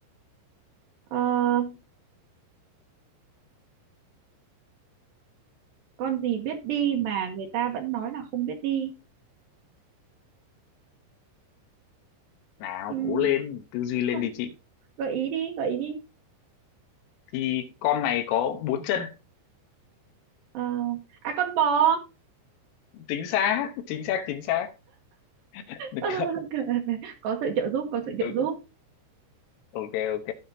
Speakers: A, on the right; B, on the left.
A: Ờ, con gì biết đi mà người ta vẫn nói là không biết đi
B: nào
A: Ừm,
B: cố lên tư duy
A: không
B: lên đi chị
A: gợi ý đi gợi ý đi
B: thì con này có bốn chân
A: Ờ, à con bò
B: chính xác chính xác chính xác <laughs> Được
A: <laughs> có sự trợ giúp có sự
B: Ừ,
A: trợ giúp
B: ok ok